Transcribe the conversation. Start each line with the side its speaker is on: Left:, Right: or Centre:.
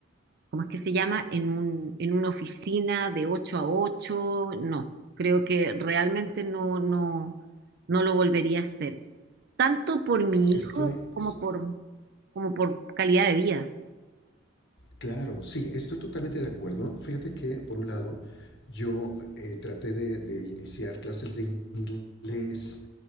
Right: ¿cómo es que se llama? En un, en una oficina de 8 a 8. no, creo que realmente no, no, no lo volvería a hacer, tanto por mi hijo
Left: Estoy,
Right: como
Left: es-
Right: por, como por calidad de vida,
Left: claro, sí, estoy totalmente de acuerdo. Fíjate que, por un lado, yo eh, traté de, de iniciar clases de inglés